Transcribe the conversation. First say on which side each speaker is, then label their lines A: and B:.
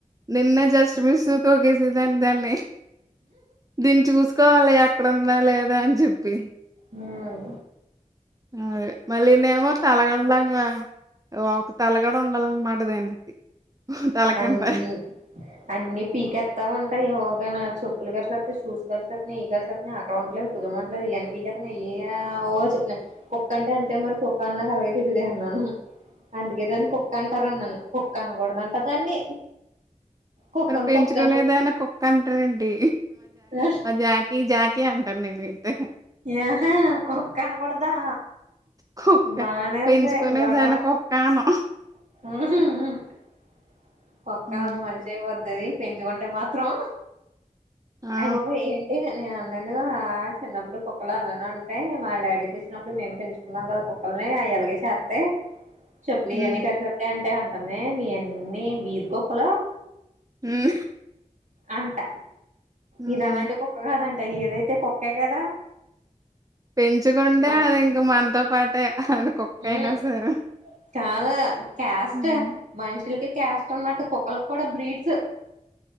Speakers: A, on the right (about 25°); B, on the right (about 65°).
A: నిన్నే జస్ట్ మిస్ తోకేసిది దాని దాన్ని దీన్ని చూసుకోవాలి అక్కడ ఉందా లేదా అని చెప్పి
B: హ్మ్మ్
A: అే మళ్ళీనేమో చలగడాంగా ఒక తలగడ ఉండాలన్నమాట దానికి తల
B: అన్ని
A: కింద.
B: అన్నీ పీకెస్తా ఉంటాయి చెప్పులు కరిస షూస్ కరిసత న కరిసత్ న అక్కడ ఉండలేదు కుదమట్లేదు ఇవని గ ఏ <inaudible> అఓ చెప్పిన కుక్క అంటే అంతే మరి కుక్క అన్నా కలిగే తిరిదే అన్నాను అందుకే దాన్ని కుక్క అంటారున్నాను కుక్క అనకూడద అంట దాన్ని కుక్కను
A: మరి పెంచుకునేదైనా
B: కుక్క
A: కుక్క అంటరెంటి
B: అనపోతే
A: మా జాకీ జాకీ అంటారు నేను తే
B: ఆహా కుక్ కనకూడదా
A: కుక్క
B: బానే
A: పెంచుకునేదాన్ని
B: ఉంది గొడవ
A: కుక్క అనం.
B: ఉహు కుక్క
A: హ్మ్.
B: కాదు మనిషి అయి పొద్ద పెంచుకుంటే మాత్రం
A: ఆ!
B: అయి బాబా ఏంటి నేను అన్నడు చిన్నప్పుడు కుక్కలు అలనే ఉంటాయి మా డాడీ తెచ్చినప్పుడు మేము పెంచుకున్నాం కదా కుక్కలు అయ్యలాగ చేతే చెప్పులు
A: హ్మ్.
B: ఇవన్నీ కరిసేస్తాయి అంటే అంటుంది మీవన్నిీ వీధి కుొక్కలు
A: హ్మ్.
B: అంట
A: హ్మ్.
B: ఇది అలాంటి కుక్కగా కాదంట ఏదైతే కుక్కే కదా
A: పెంచుకుంటే
B: మన్
A: అది ఇంక మనతో పాటే అది కుక్క
B: మ్మ్
A: అయినా సరే
B: కాదు క్యాస్ట్
A: హ్మ్.
B: మనుషులకి క్యాస్ట్ ఉన్నట్టు కుక్కలకి కూడా బ్రీడ్స్